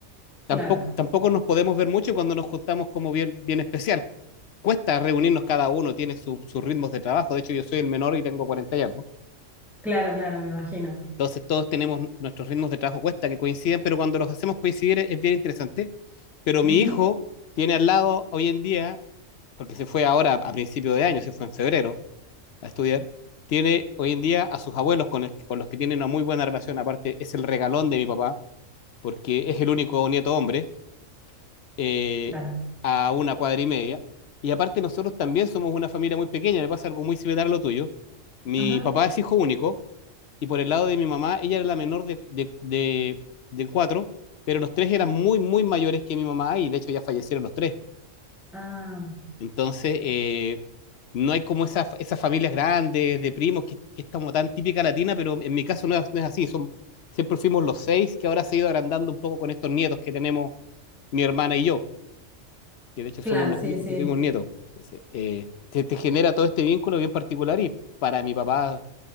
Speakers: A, on the left; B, in the centre.
A: tampoco,
B: Claro,
A: tampoco nos podemos ver mucho cuando nos juntamos como bien, bien especial. Cuesta reunirnos cada uno, tiene su- sus ritmos de trabajo. De hecho, yo soy el menor y tengo 40 y algo.
B: claro, claro, me imagino.
A: Entonces todos tenemos nuestros ritmos de trabajo cuesta que coinciden, pero cuando los hacemos coincidir es bien interesante. Pero
B: Ujú,
A: mi hijo tiene al lado hoy en día, porque se fue ahora a principio de año, se fue en febrero a estudiar, tiene hoy en día a sus abuelos con, el, con los que tiene una muy buena relación, aparte es el regalón de mi papá, porque es el único nieto hombre eh,
B: claro.
A: a una cuadra y media. Y aparte nosotros también somos una familia muy pequeña, me pasa algo muy similar a lo tuyo. Mi
B: Claro. Ajá.
A: papá es hijo único, y por el lado de mi mamá, ella era la menor de, de, de, de cuatro, pero los tres eran muy, muy mayores que mi mamá y de hecho ya fallecieron los tres.
B: Ah,
A: Entonces, eh, no hay como esas, esas familias grandes de primos que, que es como tan típica latina, pero en mi caso no es, no es así. Son, siempre fuimos los seis, que ahora se ha ido agrandando un poco con estos nietos que tenemos mi hermana y yo, que de hecho
B: Claro,
A: somos los
B: sí,
A: únicos
B: sí.
A: que tuvimos nietos. Entonces, eh, te, te genera todo este vínculo bien particular y para mi papá